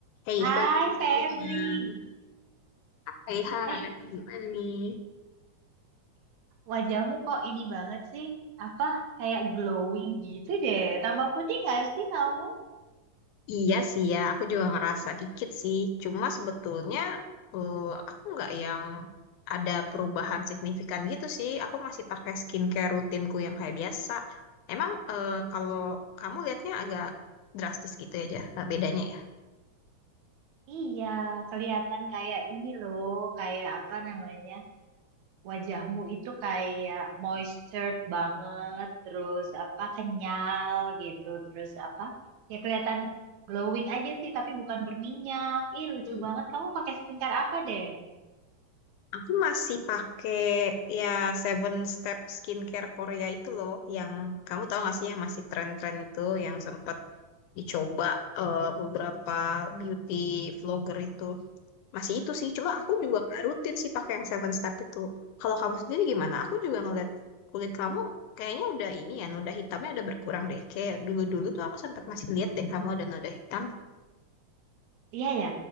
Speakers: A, on the left; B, on the right.
A: Hei,
B: Hai
A: hei,
B: Febri.
A: Gina. Hei, hai,
B: Eh,
A: gimana nih?
B: wajahmu kok ini banget sih? Apa kayak glowing gitu deh. Tambah putih gak sih kamu?
A: Iya sih ya, aku juga ngerasa dikit sih. Cuma sebetulnya eh, aku nggak yang ada perubahan signifikan gitu sih. Aku masih pakai skincare rutinku yang kayak biasa. Emang eh, kalau kamu lihatnya agak drastis gitu ya, Jah, eh, bedanya ya?
B: Iya, kelihatan kayak ini loh, kayak apa namanya? Wajahmu itu kayak moistured banget, terus apa kenyal gitu, terus apa? Ya kelihatan glowing aja sih, tapi bukan berminyak. Ih, lucu
A: Hmm.
B: banget. Kamu pakai skincare apa deh?
A: Aku masih pakai ya Seven Step Skincare Korea itu loh, yang kamu tahu gak sih yang masih tren-tren itu, yang sempat dicoba eh, beberapa beauty vlogger itu. Masih itu sih, cuma aku juga nggak rutin sih pakai yang seven step itu. Kalau kamu sendiri gimana? Aku juga ngeliat kulit kamu kayaknya udah ini ya, noda hitamnya udah berkurang deh. Kayak dulu-dulu tuh aku sempat masih lihat deh kamu ada noda hitam.
B: Iya ya,